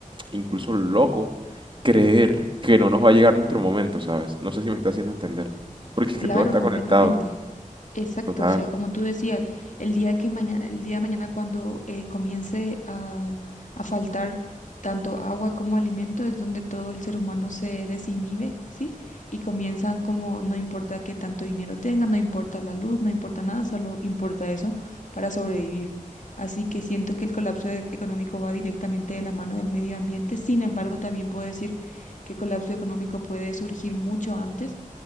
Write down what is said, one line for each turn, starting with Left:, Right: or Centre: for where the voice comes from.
Right: incluso loco creer que no nos va a llegar nuestro momento, ¿sabes? No sé si me está haciendo entender, porque es
Left: Claro,
Right: que todo está
Left: completamente.
Right: conectado,
Left: Exacto,
Right: total.
Left: o sea, como tú decías, el día que mañana, el día de mañana cuando eh, comience a, a faltar tanto agua como alimento, es donde todo el ser humano se desinhibe, ¿sí? Y comienzan como, no importa qué tanto dinero tengan, no importa la luz, no importa nada, solo importa eso para sobrevivir. Así que siento que el colapso e- económico va directamente de la mano del medio ambiente. Sin embargo, también puedo decir que el colapso económico puede surgir mucho antes